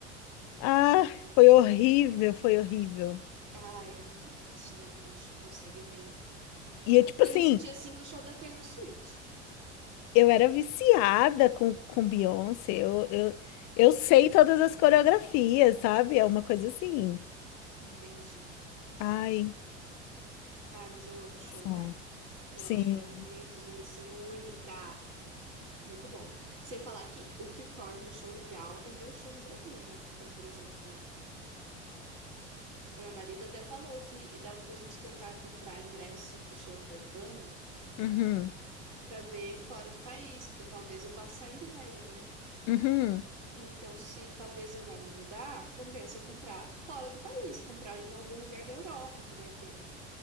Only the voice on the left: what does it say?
Ah, foi horrível, foi horrível.
E eu, tipo
assim,
eu era viciada com, com Beyoncé. Eu, eu, eu sei todas as coreografias, sabe? É uma coisa assim.
Ai,
som.
Sim.
Uhum.
Uhum.